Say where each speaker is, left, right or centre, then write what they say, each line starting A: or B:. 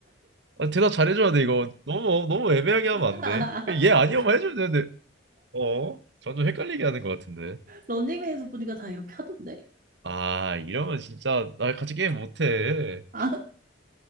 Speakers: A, on the right; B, on the right.
A: 아, 대답 잘해줘야 돼 이거 너무 너무 애매하게 하면
B: <laughs>
A: 안 돼. 얘 아니요만 해주면 되는데 어? 점점 헷갈리게 하는 것 같은데.
B: 런닝맨에서 보니까 다 이렇게 하던데?
A: 아 이러면 진짜 나 같이 게임 못해.
B: 아,